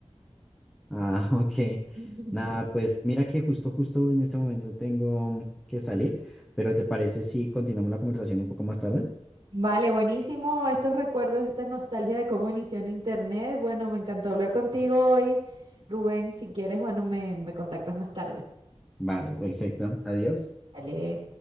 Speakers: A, in the centre; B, on the right.
A: Ah, <laughs> ok.
B: <laughs>
A: Nada, pues mira que justo, justo en este momento tengo que salir, pero ¿te parece si continuamos la conversación un poco más tarde?
B: Vale, buenísimo estos recuerdos, esta nostalgia de cómo inició en Internet. Bueno, me encantó hablar contigo hoy. Rubén, si quieres, bueno, me, me contactas más tarde.
A: Vale, perfecto. Adiós.
B: Vale.